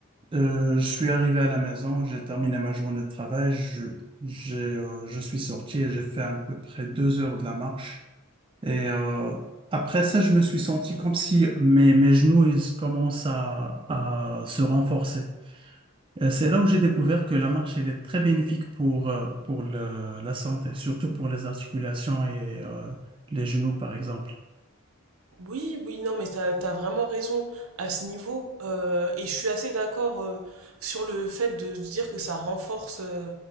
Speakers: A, on the right (about 25°); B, on the right (about 80°).
A: Euh, je suis arrivé à la maison, j'ai terminé ma journée de travail, je, j'ai, euh, je suis sorti et j'ai fait à peu près deux heures de la marche. Et euh, après ça, je me suis senti comme si mes, mes genoux ils commencent à, à se renforcer. Et c'est là où j'ai découvert que la marche elle est très bénéfique pour, euh, pour le- la santé, surtout pour les articulations et euh, les genoux, par exemple.
B: Oui, oui, non, mais t'as, t'as vraiment raison à ce niveau. euh, et je suis assez d'accord euh, sur le fait de se dire que ça renforce. euh,